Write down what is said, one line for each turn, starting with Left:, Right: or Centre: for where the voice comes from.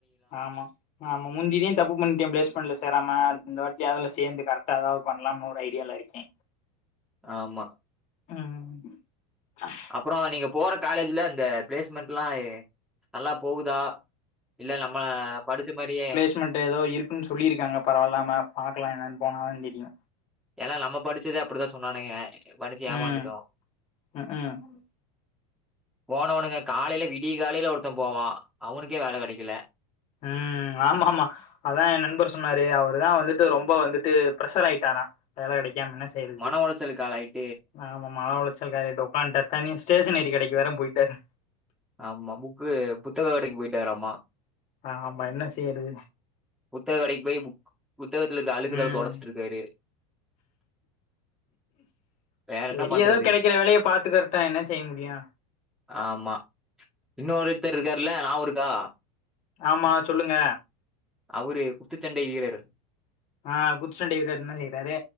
Left: ஆமா ஆமா முந்திதே தப்பு பண்ணிட்ட பிளேஸ்மெண்ட்ல சேராம அடுத்து இந்த வாட்டி அதுல சேந்து கரெட்டா அதாது பண்ணலாம் ஒரு ஐடியால இருக்கே
Centre: ஆமா
Left: ம்
Centre: அப்றோ நீங்க போற காலேஜ்ல அந்த பிளேஸ்மெண்ட்லா நல்லா போகுதா இல்ல நம்ம படிச்ச மாரியே
Left: ப்ளேஸ்மென்ட் ஏதோ இருக்குன்னு சொல்லிருக்காங்க பரவாயில்லாம பாக்கலா எனன்னு போனாதா தெரியு
Centre: ஏனா நம்ம படிச்சதே அப்டிதா சொன்னானுங்க படிச்சு ஏமாந்துட்டோ
Left: ம் ம் ம்
Centre: போனவனுங்க காலையில விடிய காலையில ஒருத்த போவா அவனுக்கே வேல கெடைக்கல
Left: ம் ஆமா ஆமா அதா என் நண்பர் சொன்னாரு அவர் தா வந்துட்டு ரொம்ப வந்துட்டு பிர்ஷர் ஆயிட்டாரா வேலை கிடைக்காம என் செய்றது
Centre: மன உளைச்சலுக்கு ஆளாயிட்டு
Left: நா மனஉளைச்சல்ல உக்கான்டார் தனி ஸ்டேஷனரி கடைக்கு வேற போயிட்டாரு
Centre: ஆமா புக்கு புத்தக கடைக்கு போயிட்டாராமா
Left: ஆ ஆமா என்ன செய்றது
Centre: புத்தக கடைக்கு போய் புத்தகத்தில இருக்க அழுக்கெல்லா
Left: ம்.
Centre: தொடச்சிட்டு இருக்காரு வேற
Left: சேரி
Centre: என்ன பண்றது
Left: யதோ கிடைக்கிற வேலையை பாத்துக்கறட்டு என செய்ய முடியு
Centre: ஆமா இன்னு ஒருத்தர் இருக்காருல நாபகோ இருக்கா
Left: ஆமா சொல்லுங்க
Centre: அவரு குத்துச்சண்டை வீரர்
Left: ஆ குத்துசண்டை வீரர் என்ன செய்றாரு